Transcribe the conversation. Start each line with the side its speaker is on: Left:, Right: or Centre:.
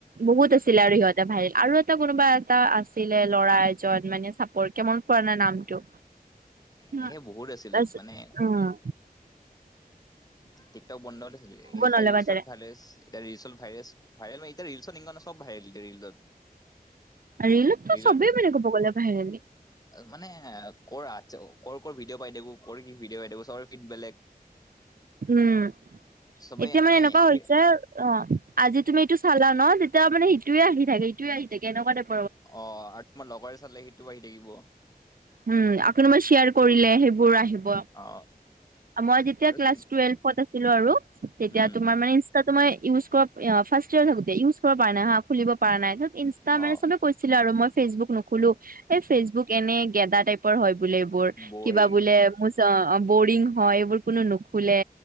Right: বহুত আছিলে আৰু সিহঁতে ভাৰেল। আৰু এটা কোনোবা এটা আছিলে লৰা এজন মানে চাপৰ কে মন পোৱা নাই নামটো।
Left: এনেকে
Right: ন
Left: বহুত আছিলো
Right: দছ
Left: মানে
Right: অঁ।
Left: টিকটক বন্ধ লৈছিলো ইতা
Right: নলগা
Left: ৰিলচত
Right: তাৰে
Left: ভালে আছে। এতিয়া ৰিলচত ভাইৰেচ ভাইৰেল ন এতিয়া ৰিলচত ইনকানা চব ভাইৰেল এতিয়া ৰিলদত।
Right: ৰিলত
Left: এইজনী
Right: চবেই মানে ক'ব গ'লে ভাইৰেল
Left: মানে কৰা। কৰ কৰে ভিডিঅ' পাই থাকো কৰ কি ভিডিঅ' পাই থাকো চৰে ফিড বেলেগ।
Right: উম
Left: চবেই
Right: এতিয়া মানে
Left: এনে
Right: এনেকুৱা
Left: এক
Right: হৈছে
Left: মিনিট
Right: অঁ আজি তুমি এইটো চালা ন তেতিয়া মানে সিটোয়ে আহি থাকে ইটোয়ে আহি থাকে এনেুকোৱা তাইপ।
Left: অ আৰু তোমাৰ লগৰে চালে সেইটো আহি থাকিব।
Right: উম আকোনোমাৰ শ্বিয়াৰ কৰিলে সেইবোৰ আহিব।
Left: অ
Right: মই‌ যেতিয়া
Left: আৰু
Right: ক্লাছ
Left: তুমি
Right: টুৱেফট আছিলো আৰু তেতিয়া
Left: উম
Right: তুমাৰ মানে ইনষ্টাতো মানে ইউজ কৰ অ ফাষ্টিয়াৰ থাকোতে ইউজ কৰিব পৰা নাই হা খুলিব পৰা নাই। ইনষ্টা মানে
Left: অ
Right: চবে কৈছিলে আৰু মই ফেচবুক নুখোলো এ ফেচবুক এনে গেদা টাইপৰ হয়। বোলে এইবোৰ
Left: বৰিং
Right: কিবা বোলে মোচ অঁ বৰিং হয় এইবোৰ কোনো নুখোলে